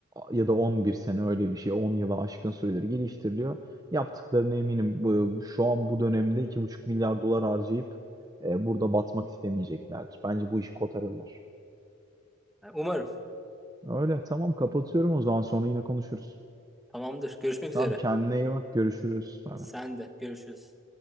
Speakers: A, on the right; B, in the centre.
A: ya da 11 sene öyle bir şey 10 yıla aşkın süredir geliştiriliyor. Yaptıklarına eminim bu, şu an bu dönemde iki buçuk milyar dolar harcayıp e, burada batmak istemeyeceklerdir. Bence bu işi kotarırlar.
B: E, Umarım.
A: Öyle tamam kapatıyorum o zaman sonra yine konuşuruz.
B: Tamamdır. Görüşmek
A: Tamam
B: üzere.
A: kendine iyi bak görüşürüz. Bay
B: Sen
A: bay.
B: de görüşürüz.